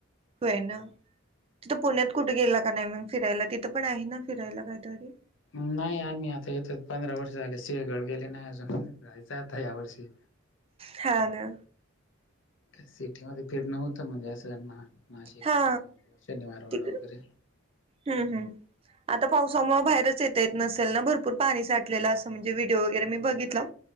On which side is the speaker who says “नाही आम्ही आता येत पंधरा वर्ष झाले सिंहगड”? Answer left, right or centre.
Left